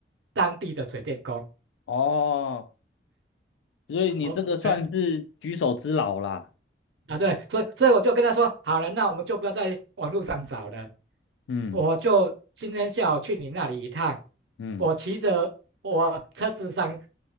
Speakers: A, on the right (about 75°); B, on the left (about 85°).
A: 当地的水电工。
B: 哦，所以你这个算是举手之劳啦。
A: 哦，哎啊对，所以所以我就跟他说，好了，那我们就不要在网络上找了，
B: 嗯
A: 我就今天下午去你那里一趟，
B: 嗯
A: 我骑着我车子上，